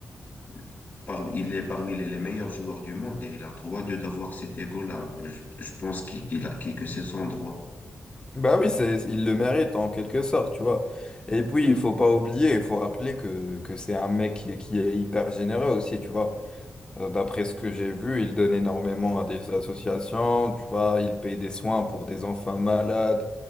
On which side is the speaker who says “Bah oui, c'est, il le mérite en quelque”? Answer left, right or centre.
Left